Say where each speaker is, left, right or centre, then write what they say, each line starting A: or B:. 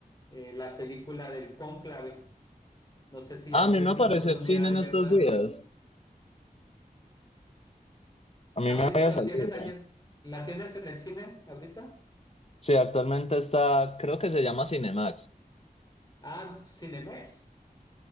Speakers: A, on the left; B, on the left.
A: eh, la película del Cónclave. No sé si
B: Ah,
A: ya
B: A
A: tuviste
B: mí me apareció
A: la oportunidad
B: en cine en
A: de verla.
B: estos días. A mí
A: Ahorita
B: me había
A: la
B: salido.
A: tienen allá. ¿La tienes en el cine ahorita?
B: Sí, actualmente está, creo que se llama Cinemax.
A: Ah, Cinemex.